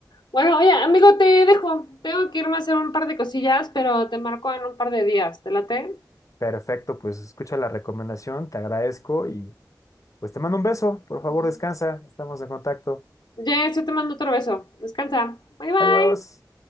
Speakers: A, on the left (about 85°); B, on the left (about 45°).
A: Bueno, oye, amigo, te dejo. Tengo que irme a hacer un par de cosillas, pero te marco en un par de días. ¿Te late?
B: Perfecto, pues escucha la recomendación, te agradezco y pues te mando un beso, por favor descansa, estamos en contacto.
A: Yes, yo te mando otro beso. Descansa. Bye bye.
B: Adiós.